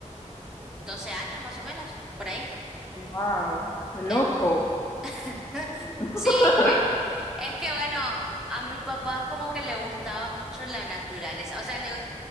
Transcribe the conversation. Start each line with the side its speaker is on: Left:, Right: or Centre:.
Centre: 12 años más o menos, por ahí.
Left: Wow, qué loco.
Centre: Eh, <laughs>
Left: <laughs>
Centre: sí, eh, es que bueno, a mi papá es como que le gustaba mucho la naturaleza. O sea, le,